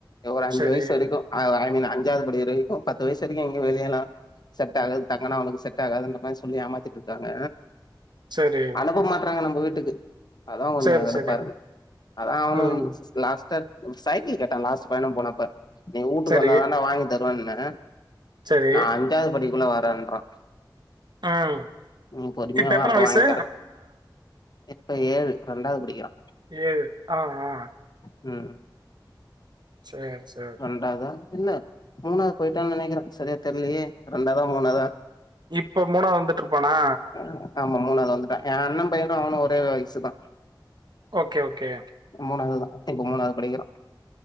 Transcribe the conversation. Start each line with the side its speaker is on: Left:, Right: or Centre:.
Left: ஒரு அஞ்சு
Right: சரி,
Left: வயசு வரைக்கு அ ஐ மீன் அஞ்சாவது படிக் ரைக்கு பத்து வயசு வரைக்கு எங்கியு வெளியலா செட்டாகாது தங்கனா அவனுக்கு செட்டாகாதுன்ற மாரி சொல்லி ஏமாத்திட்ருக்காங்க
Right: சரி,
Left: அனுப்ப மாட்றாங்க நம்ம வீட்டுக்கு அதா கொஞ்சோ
Right: சரி,
Left: கடுப்பாருக்கு
Right: சரி.
Left: அதா அவனும்
Right: ம்.
Left: லாஸ்ட்டாத் சைக்கிள் கேட்டா லாஸ்ட் பயணம் போனப்ப நீ வூட்டுக்கு
Right: சரி,
Left: வந்தாதாண்டா வாங்கித் தொன்னே
Right: சரி.
Left: நா அஞ்சாவது படிக்ககுள்ள வரேன்றா
Right: ம்.
Left: நீ பொறுமியா
Right: இப்ப
Left: வா
Right: எத்தன
Left: அப்ப
Right: வயசு?
Left: வாய்ங்த் தரே இப்ப ஏழு ரெண்டாவது படிக்கிறா
Right: ஏழு ஆ ஆ
Left: ம்
Right: சேர் சேர்
Left: ண்டாவ்தா இல்ல மூனாவ்து போயிட்டான் நெனைக்கிறே சரியாத் தெர்லியே ரெண்டாவ்தா மூனாவ்தா
Right: இப்ப மூனாவ்து வந்துட்ருப்பானா
Left: ஆ ஆமா மூனாவ்து வந்துட்டா எ அண்ணம் பையனு அவனு ஒரே வயசுதா
Right: ஓகே ஓகே
Left: மூனாவ்துதா இப்ப மூனாவ்து படிகிறா